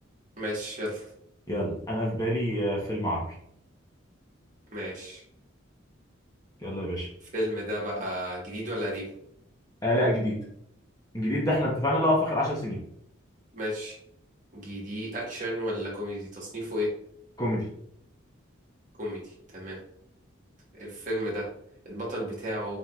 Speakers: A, on the right; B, on the left.
A: ماشي يلا
B: يلا انا في بالي آه، فيلم عربي
A: ماشي
B: يلا يا باشا
A: الفيلم ده بقى جديد ولا قديم
B: آه لا جديد الجديد ده احنا اتفقنا اللي هو في اخر 10 سنين
A: ماشي جديد اكشن ولا كوميدي تصنيفه ايه
B: كوميدي
A: كوميدي تمام الفيلم ده البطل بتاعه